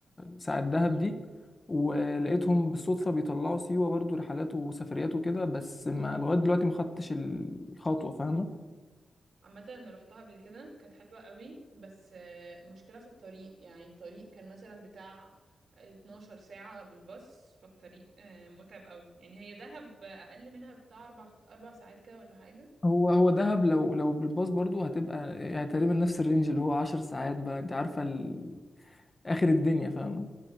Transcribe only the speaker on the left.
ساعة دهب دي ولقيتهم بالصدفة بيطلعوا سيوة برضو رحلات وسفريات وكده بس ما لغاية دلوقتي ما خدتش الخطوة فاهمة
هو هو دهب لو لو بالباص برضو هتبقى يعني تقريبا نفس الرينج اللي هو عشر ساعات بقى انت عارفة ال... آخر الدنيا فاهمة